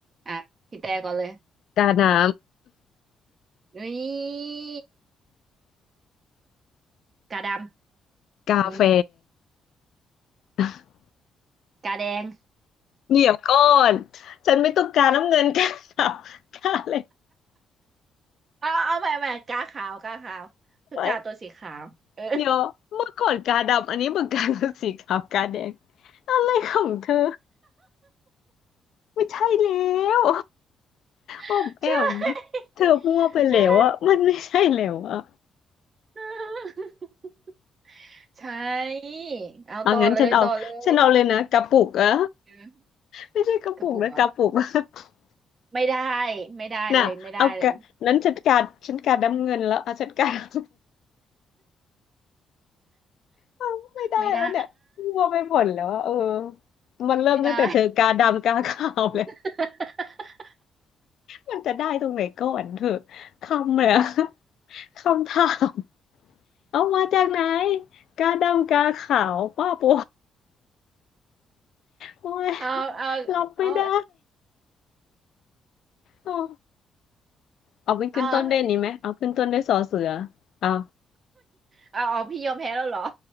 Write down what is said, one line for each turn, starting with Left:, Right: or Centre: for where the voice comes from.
Right: อ่ะพี่แต่ก่อนเลย
Left: กาน้
Right: นี่กาดำนี่
Left: ำกาแฟ <laughs>
Right: กาแดง
Left: เดี๋ยวก่อนฉันไม่ต้องการน้ำเงิน <laughs> กาดำกาอะไร
Right: เอาเอาใหม่ใหม่กาขาวกาขาวคือกาตัวสีขาวเออ
Left: ไว้เดี๋ยวเมื่อก่อนกาดำอันนี้เมื่อ <laughs> ก่อนสีขาวกาแดงอะไรของเธอไม่ใช่แล้ว อ้อมแอม
Right: <laughs> ใช่
Left: เธอมั่วไปแล้วอะมันไม่ใช่แล้วอะ
Right: ใช่ <laughs> ใช่เอาต่อเลยต่อเลย
Left: เอางั้นฉันเอาฉันเอาเลยนะกระปุกอะ
Right: เออ
Left: ไม่ใช่กระปุกนะกระปุก
Right: กระปุกเหรอ
Left: <laughs>
Right: ไม่ได้ไม่ได้เลยไม่ได้เลย
Left: น่ะเอากระนั้นฉันการฉันการน้ำเงินแล้วเอาฉันการเอา <laughs> ไม่ได้แล้วเนี่ยมั่วไปหมดแล้วอะเออ
Right: ไม่ได้
Left: มันเริ่มตั้งแต่เธอกาดำกาขาวเลย
Right: ไม่ได้ <laughs>
Left: มันจะได้ตรงไหนก่อนเถอะคำเนี่ยคำถามเอามาจากไหนกาดำกาขาวป้าโปโอ้ย
Right: เอาเอา
Left: รับไม่ได้
Right: เอา
Left: โอ้เอาเป็นขึ้นต้นด้วยนี้ไหมเอาขึ้นต้นด้วยสอเสือ
Right: เอา
Left: เอา
Right: เอาเอาพี่ยอมแพ้แล้วเหรอ